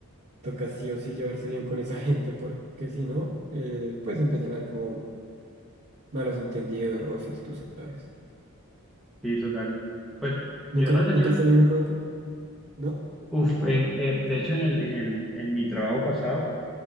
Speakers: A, on the right; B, in the centre.
A: toca sí o sí llevarse bien con esa <laughs> gente, porque si no, eh, pues empiezan a ver como Malos entendidos, roces, tú sabes.
B: Sí, total. Pues
A: ¿Nunca,
B: yo no he tenido,
A: nunca has tenido un roque? ¿No?
B: uf, en, eh, de hecho en el, en el, en mi trabajo pasado,